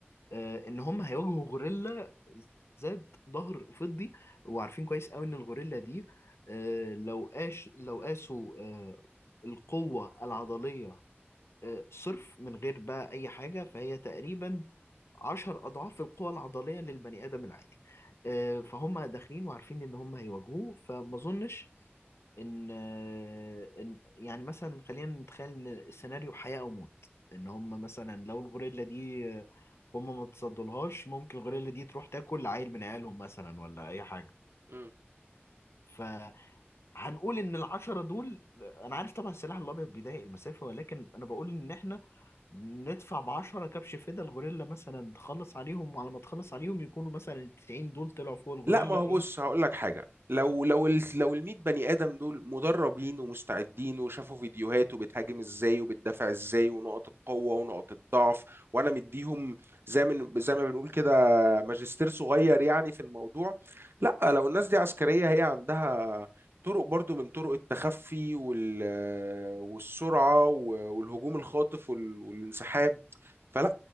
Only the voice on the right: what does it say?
امم.
لا ما هو
بص هقول لك حاجه لو لو ال لو ال 100 بني ادم دول مدربين ومستعدين وشافوا فيديوهات وبتهاجم ازاي وبتدافع ازاي ونقط القوه ونقط الضعف وانا مديهم زي من زي ما بنقول كده ماجستير صغير يعني في الموضوع لا لو الناس دي عسكريه هي عندها طرق برضو من طرق التخفي وال والسرعه والهجوم الخاطف وال- والانسحاب فلا